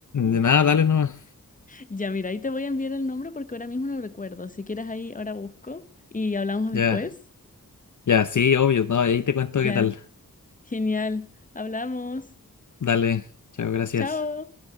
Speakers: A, on the left (about 60°); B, on the left (about 25°).
A: De nada, dale nomás.
B: Ya, mira, ahí te voy a enviar el nombre porque ahora mismo no lo recuerdo. Si quieres ahí, ahora busco y hablamos después.
A: Ya, ya, sí, obvio, no, ahí te cuento
B: Ya,
A: qué tal.
B: genial. Hablamos.
A: Dale, chao, gracias.
B: Chao.